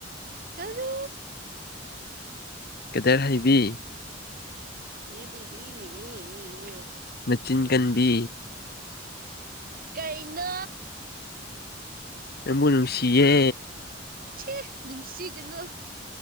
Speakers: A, on the right; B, on the left.
A: ꯀꯔꯤ
B: ꯀꯗꯔ ꯍꯩꯕꯤ
A: ꯏ ꯕꯤꯕꯤ ꯌꯦꯌꯦꯌꯦ
B: ꯃꯦꯆꯤꯟ ꯀꯟꯕꯤ
A: ꯀꯩꯅꯣ
B: ꯅꯦꯡꯕꯨ ꯅꯨꯡꯁꯤꯌꯦ
A: ꯏꯆꯦ ꯅꯨꯡꯁꯤꯒꯅꯨ